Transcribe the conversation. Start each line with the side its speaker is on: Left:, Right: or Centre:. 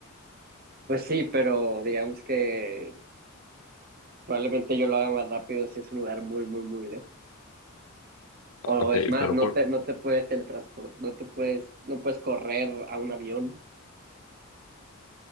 Right: Pues sí, pero digamos que probablemente yo lo haga más rápido si es un lugar muy, muy, muy lejos.
Left: Ok,
Right: O es más,
Left: pero
Right: no
Left: por,
Right: te, no te puedes teletransportar, no te puedes, no puedes correr a un avión.